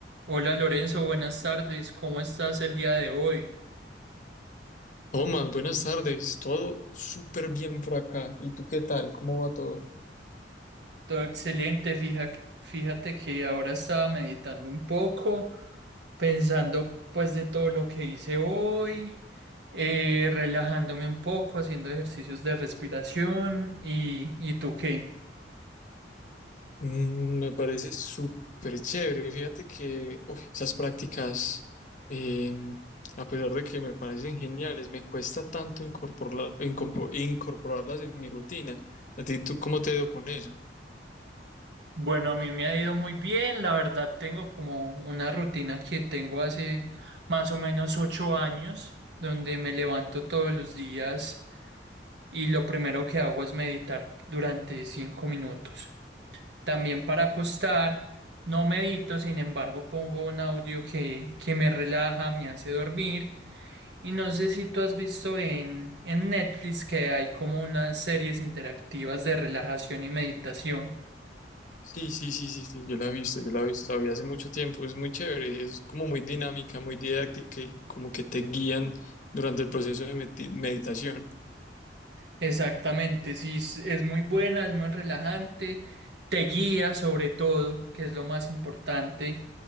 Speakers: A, on the right; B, on the left.
A: Hola Lorenzo, buenas tardes. ¿Cómo estás el día de hoy?
B: Tomás, buenas tardes. Todo súper bien por acá. ¿Y tú qué tal? ¿Cómo va todo?
A: Todo excelente. Fija- Fíjate que ahora estaba meditando un poco, pensando pues de todo lo que hice hoy, eh, relajándome un poco, haciendo ejercicios de respiración y, ¿y tú qué?
B: Mm, me parece súper chévere. Fíjate que uy, esas prácticas, eh, a pesar de que me parecen geniales, me cuesta tanto incorporarla- incorpo- incorporarlas en mi rutina. ¿A ti tú cómo te ha ido con eso?
A: Bueno, a mí me ha ido muy bien. La verdad, tengo como una rutina que tengo hace más o menos ocho años, donde me levanto todos los días. y lo primero que hago es meditar durante cinco minutos. También para acostar, no medito, sin embargo, pongo un audio que, que me relaja, me hace dormir. Y no sé si tú has visto en, en Netflix que hay como unas series interactivas de relajación y meditación.
B: Sí, sí, sí, sí, sí. Yo la he visto, yo la he visto, la vi hace mucho tiempo. Es muy chévere, es como muy dinámica, muy didáctica y como que te guían durante el proceso de meti- meditación.
A: Exactamente, sí, es, es muy buena, es muy relajante, te guía sobre todo, que es lo más importante